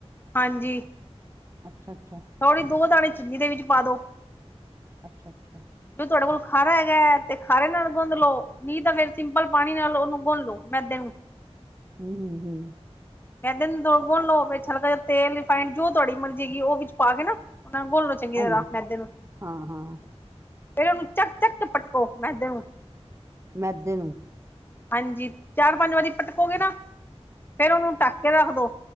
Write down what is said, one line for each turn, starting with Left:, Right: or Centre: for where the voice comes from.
Left: ਹਾਂਜੀ।
Right: ਅੱਛਾ-ਅੱਛਾ।
Left: ਥੋੜੀ ਦੋ ਦਾਣੇ ਚੀਨੀ ਦੇ ਵਿੱਚ ਪਾ ਦੋ
Right: ਅੱਛਾ-ਅੱਛਾ।
Left: ਜੋ ਤੁਹਾਡੇ ਕੋਲ ਖਾਰਾ ਹੈਗਾ ਹੈ ਤੇ ਖਾਰੇ ਨਾਲ ਗੁੰਦ ਲ ਲੋ ਨੀ ਤਾਂ ਫਿਰ ਸਿੰਪਲ ਪਾਣੀ ਨਾਲ ਉਹਨੂੰ ਗੁੰਨ ਲੋ ਮੈਦੇ ਨੂੰ
Right: ਹੂੰ-ਹੂੰ
Left: ਮੈਂਦੇ ਨੂੰ ਗੁਣ‌ ਲੋ‌ ਵਿੱਚ ਹਲਕਾ ਜਿਹਾ ਤੇਲ ਰਿਫਾਈੰਡ ਜੋ ਤੁਹਾਡੀ ਮਰਜ਼ੀ ਹੈਗੀ ਉਹ ਵਿੱਚ ਪਾ ਕੇ ਨਾ ਉਹਨਾ ਨੂੰ ਗੁਣ ਲੋ। ਚੰਗੀ
Right: ਹਾਂਜੀ
Left: ਤਰ੍ਹਾਂ ਮੈਦੇ ਨੂੰ
Right: ਹਾਂ ਹਾਂ
Left: ਫਿਰ ਉਹਨੂੰ ਚੱਕ-ਚੱਕ ਕੇ ਪਟਕੋ ਮੈਦੇ ਨੂੰ
Right: ਮੈਦੇ ਨੂੰ
Left: ਹਾਂਜੀ ਚਾਰ-ਪੰਜ ਵਾਰੀ ਪਟਕੋਗੇ ਨਾ ਫੇਿਰ ਉਹਨੂੰ ਟੱਕ ਕੇ ਰੱਖ ਦੋ।